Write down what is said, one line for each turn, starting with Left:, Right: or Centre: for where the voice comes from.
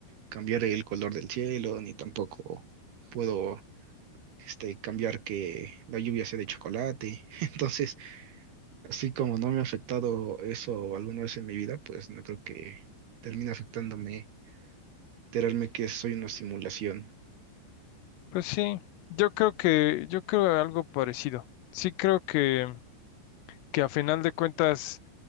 Right: cambiar el color del cielo, ni tampoco puedo este, cambiar que la lluvia sea de chocolate. <laughs> Entonces, así como no me ha afectado eso alguna vez en mi vida, pues no creo que termine afectándome, enterarme que soy una simulación.
Left: Pues sí, yo creo que, yo creo algo parecido. Sí creo que, que a final de cuentas,